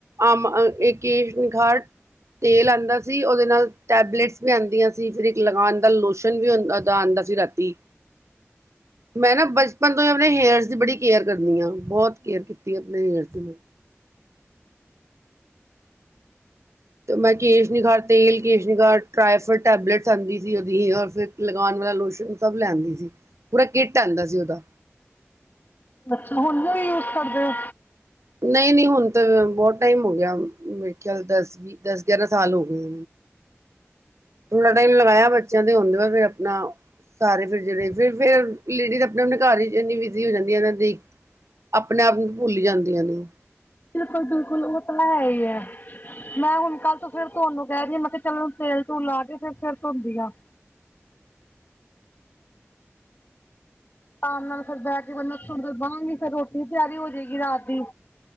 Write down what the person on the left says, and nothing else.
ਬੱਚਾ ਹਣੀਆਂ ਵੀ ਯੂਜ ਕਰਦੇ ਆ
ਬਿਲਕੁਲ ਬਿਲਕੁਲ ਉਹ ਤਾਂਲਾ ਹੈ ਹੀ ਆ ਮੈਂ ਹੁਣ ਕੱਲ ਤੋਂ ਫੇਰ ਧੋਣ ਨੂੰ ਕਹਿ ਰਹੀ, ਮੈਂ ਕਿਹਾ ਚਲ ਤੇਲ ਤੂਲ ਲਾ ਕੇ ਫਿਰ ਫਿਰ ਧੋਂਦੀ ਆ ਆਮ ਨਾਲ ਫਿਰ ਬਹਿ ਕੇ ਮਨ ਫਿਰ ਬਹਾਂਗੀ ਫਰ ਰੋਟੀ ਵੀ ਤਿਆਰੀ ਹੋ ਜਾਏਗੀ ਰਾਤ ਦੀ